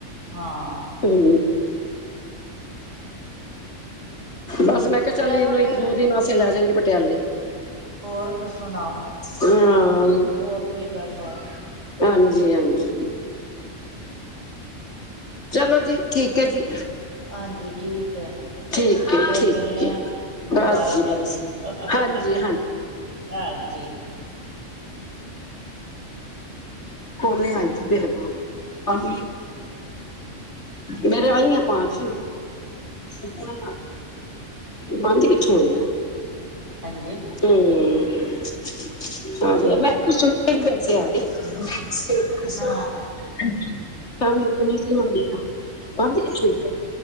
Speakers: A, on the right; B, on the left.
A: ਹਾਂ।
B: ਹੂੰ ਬਸ। ਮੈਂ ਕਿਹਾ ਚੱਲ
A: ਚਲੋ
B: ਇਹਨੂੰ ਇੱਕ-ਦੋ
A: ਫਿਰ
B: ਦਿਨ ਵਾਸਤੇ ਲੈ ਜਾਗੀ, ਪਟਿਆਲੇ।
A: ਹੋਰ ਫਿਰ ਸੁਣਾਓ,
B: ਹਾਂ
A: ਹੋਰ ਕੋਈ ਗੱਲਬਾਤ?
B: ਹਾਂਜੀ-ਹਾਂਜੀ। ਚਲੋ ਜੀ ਠੀਕ ਹੈ ਜੀ
A: ਹਾਂਜੀ ਠੀਕ ਐ,
B: ਠੀਕ ਏ
A: ਫਿਰ
B: ਠੀਕ
A: ਮਿਲਣੇ
B: ਏ
A: ਆ।
B: ਬਸ
A: ਦਬਾਰਾ
B: ਜੀ
A: ਜਲਦੀ।
B: ਬਸ
A: ਹਾਹਾਹਾ--ਹਾਂਜੀ।
B: ਹਾਂਜੀ ਕੋੋਲੇ ਆਈ ਥੀ ਤੇਰੇਕੋ ਹੂੰ। ਮੇਰੇ ਆਈ ਹੈਂ ਪਾਂਚ। ਹੂੰ ਬੰਦ ਕਿੱਥੋਂ ਹੋਣੀ ਆ।
A: ਹਾਂਜੀ
B: ਹੂੰ। <unintelligible>
A: ਠੀਕ ਹੈ ਹਾਂ
B: <unintelligible>